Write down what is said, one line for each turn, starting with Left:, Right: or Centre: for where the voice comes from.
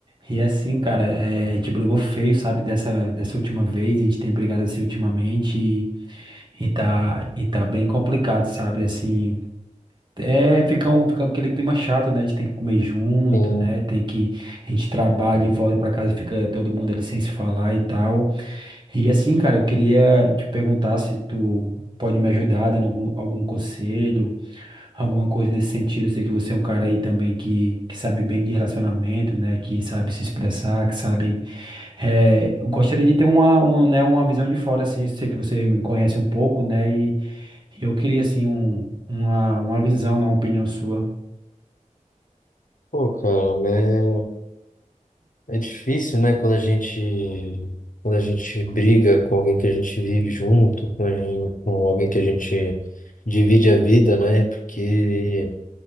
Right: e é assim, cara, é, a gente brigou feio, sabe? Dessa, dessa última vez. A gente tem brigado assim ultimamente e, e tá, e tá bem complicado, sabe? Assim. É, fica, um, fica aquele clima chato, né? A gente tem que comer junto,
Left: sim.
Right: né? Tem que. A gente trabalha e volta pra casa, fica todo mundo ali sem se falar e tal. E assim, cara, eu queria te perguntar se tu pode me ajudar dando algum, algum conselho, alguma coisa nesse sentido. Eu sei que você é um cara aí também que, que sabe bem de relacionamento, né? Que sabe se expressar, que sabe é, eu gostaria de ter uma, uma, né, uma visão de fora, assim, sei que você me conhece um pouco, né, e eu queria, assim, um, uma, uma visão, né, uma opinião sua.
Left: Pô, cara, né? É difícil, né? Quando a gente, quando a gente briga com alguém que a gente vive junto, com, a gen- com alguém que a gente divide a vida, né? Porque